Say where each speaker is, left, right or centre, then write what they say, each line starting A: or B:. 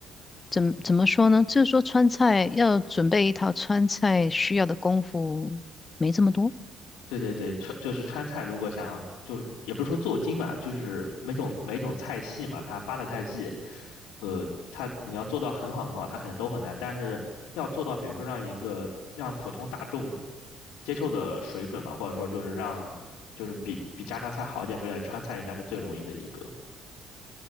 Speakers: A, on the left; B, on the left.
A: 怎么怎么说呢？就是说川菜要准备一套川菜需要的功夫没这么多。
B: 对对对，川就是川菜，如果想要就是也不是说做精吧，就是每种每种菜系嘛，它八大菜系，呃，它你要做到很好很好，它可能都很难，但是要做到比如说让一个让普通大众接受的水准嘛，或者说就是让就是比比家常菜好一点水准，川菜应该是最容易的一个。